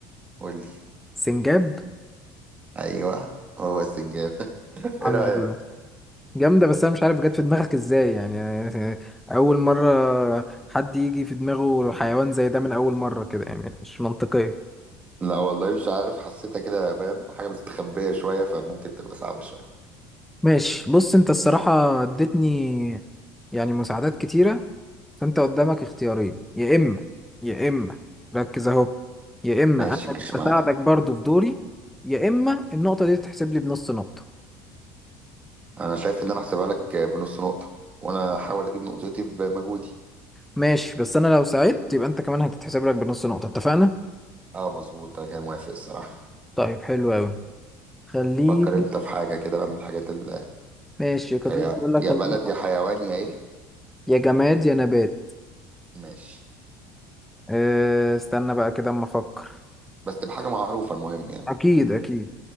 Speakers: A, on the right; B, in the centre.
A: قولي
B: سنجاب
A: أيوه هو السنجاب <laughs>
B: الحمد
A: إيه رأيك؟
B: لله. جامدة بس أنا مش عارف جت في دماغك إزاي يعني أول مرة حد يجي في دماغه حيوان زي ده من أول مرة كده يعني مش منطقية
A: لا والله مش عارف حسيتها كده فاهم حاجة مستخبية شوية فممكن تبقى صعبة شوية
B: ماشي بص أنت الصراحة اديتني يعني مساعدات كتيرة فأنت قدامك اختيارين يا إما يا إما ركز أهو يا إما
A: ماشي
B: أنا
A: ماشي
B: أساعدك
A: معاك
B: برضو في دوري يا إما النقطة دي تتحسب لي بنص نقطة
A: أنا شايف إن أنا أحسبها لك بنص نقطة وأنا هحاول أجيب نقطتي بمجهودي
B: ماشي بس أنا لو ساعدت يبقى أنت كمان هتتحسب لك بنص نقطة اتفقنا؟
A: اه مظبوط انا كان موافق الصراحه
B: طيب حلو أوي خليني
A: فكر انت في خلصان حاجه كده بقى من الحاجات اللي
B: ماشي كنت
A: يا
B: لسه بقول لك
A: يا
B: خليني
A: بلد
B: أفكر.
A: يا حيوان يا ايه
B: يا جماد يا نبات
A: ماشي
B: أه استنى بقى كده اما افكر
A: بس تبقى حاجه معروفه المهم يعني
B: اكيد اكيد